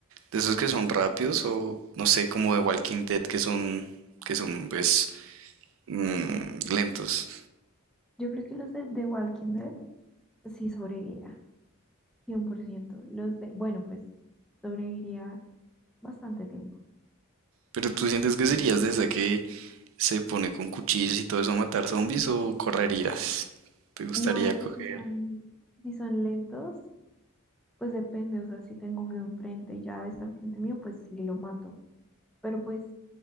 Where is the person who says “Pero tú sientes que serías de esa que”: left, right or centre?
Right